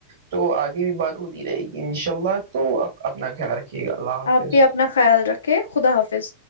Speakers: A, on the right (about 55°); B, on the left (about 65°).
A: تو آگے بھی بات ہوتی رہے گی ان شاء اللہ تو آپ اپنا خیال رکھ ٹھیک ہے اللہ حافظ
B: آپ بھی اپنا خیال رکھے خدا حافظ